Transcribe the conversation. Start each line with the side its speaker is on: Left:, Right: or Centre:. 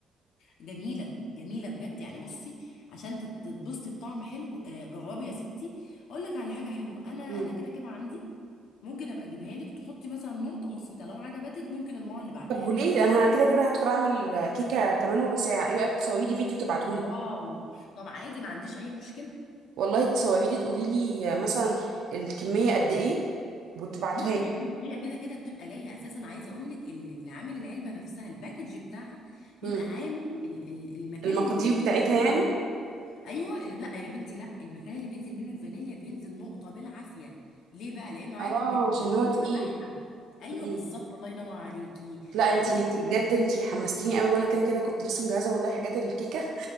Left: جميلة جميلة بجد يعني بصي عشان تت- تتبسطي بطعم حلو آه، جربي يا ستي اقول لك على حاجة حلوة انا انا
Right: امم
Left: كده كده عندي ممكن ابقى اجيبها لك تحطي مثلا نقطة بسيطة لو عجبتك ممكن المرة اللي بعدها
Right: طب
Left: هتجيبي
Right: وليه انا كده كده هدخل اعمل كيكه كمان ربع ساعه ايه رايك تصوري لي فيديو تبعتهولي
Left: واو طب عادي ما عنديش اي مشكلة
Right: والله تصوري لي تقولي لي مثلا الكميه قد ايه وتبعتوها
Left: نقطة
Right: لي
Left: يا كيلو هي كده كده بتبقى جاية اساسا عايزة اقول لك ال- اللي عامل العلبة نفسها الباكج بتاعها بيبقى
Right: امم
Left: عامل ال- ال- المكان
Right: المقادير
Left: اللي بينزل
Right: بتاعتها
Left: منه الفانيليا
Right: يعني
Left: ايوه ال- لا يا بنتي لا المكان اللي بينزل منه الفانيليا بينزل نقطه بالعافيه ليه بقى لانه عارف
Right: اه
Left: انك
Right: عشان
Left: <laughs>
Right: هو تقيل
Left: هو فتحها ايوه
Right: مم.
Left: بالظبط الله ينور عليكي
Right: لا انتي
Left: وخدي
Right: انتي
Left: بالك
Right: بجد انتي حمستيني قوي وانا كده كده كنت لسه مجهزه والله حاجات الكيكه